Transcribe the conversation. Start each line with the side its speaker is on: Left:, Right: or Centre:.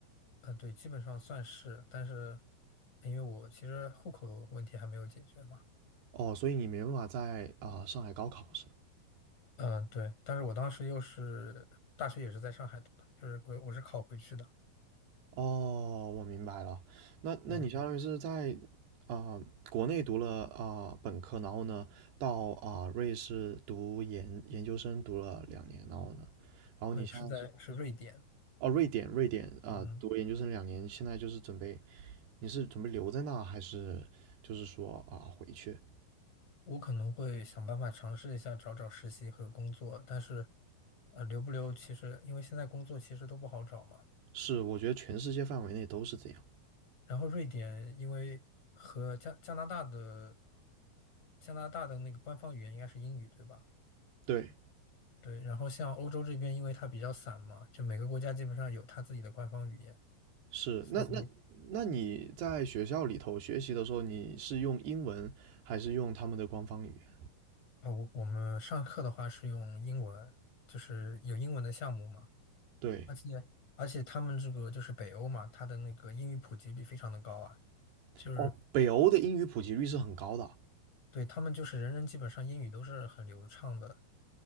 Left: 呃，对，基本上算是，但是因为我其实户口的问题还没有解决嘛，
Right: 哦，所以你没办法在啊、上海高考是？
Left: 嗯，对，但是我当时又是大学也是在上海读的，就是我我是考回去的，
Right: 哦，我明白了。那那你相当于是在
Left: 嗯，
Right: 啊、国内读了啊、本科，然后呢到啊、瑞士读研研究生读了两年，然后呢，然后你现在是
Left: 对，是在是瑞典，
Right: 哦瑞典瑞典啊、
Left: 嗯，
Right: 读了研究生两年，现在就是准备你是准备留在那，还是就是说啊回去？
Left: 我可能会想办法尝试一下找找实习和工作，但是呃，留不留其实因为现在工作其实都不好找嘛，
Right: 是，我觉得全世界范围内都是这样。
Left: 然后瑞典因为和加加拿大的加拿大的那个官方语言应该是英语，对吧？
Right: 对，
Left: 对，然后像欧洲这边，因为它比较散嘛，就每个国家基本上有它自己的官方语言，
Right: 是。
Left: 所以
Right: 那那那你在学校里头学习的时候，你是用英文还是用他们的官方语言？
Left: 哦，我我们上课的话是用英文，就是有英文的项目嘛，
Right: 对，
Left: 而且而且他们这个就是北欧嘛，它的那个英语普及率非常的高啊，就是
Right: 哦，北欧的英语普及率是很高的。
Left: 对他们就是人人基本上英语都是很流畅的，